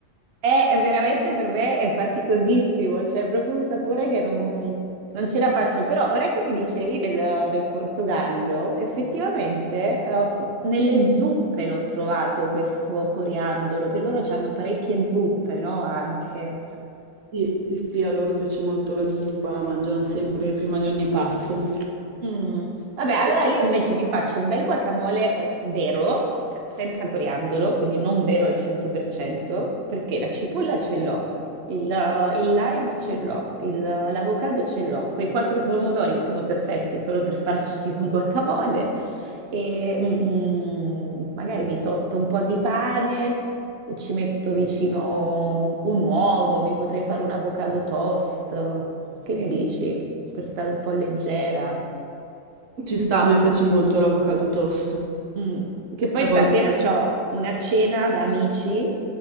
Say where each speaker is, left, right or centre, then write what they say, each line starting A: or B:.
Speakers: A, on the right; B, on the right.
A: È è veramente per me è faticosissimo, cioè è proprio un sapore che non, non ce la faccio. Però ora che mi dicevi del, del Portogallo, effettivamente eh, f- nelle zuppe l'ho trovato questo coriandolo, che loro hanno parecchie zuppe, no? Anche.
B: Sì, sì, sì, a loro piace molto la zuppa, la mangiano sempre prima di ogni pasto.
A: Mm, vabbè, allora io invece mi faccio un bel guacamole eh, vero, se- senza coriandolo, quindi non vero al 100%, perché la cipolla ce l'ho, il, eh, il lime ce l'ho, il, eh, l'avocado ce l'ho, quei quattro pomodori sono perfetti solo per farci <laughs> un guacamole e mm, magari mi tosto un po' di pane, e ci metto vicino un uovo, mi potrei fare un avocado toast, che ne dici? Per stare un po' leggera.
B: Ci sta, a me piace molto l'avocado toast.
A: Mm, Che poi
B: A
A: stasera
B: volte,
A: ho una cena da amici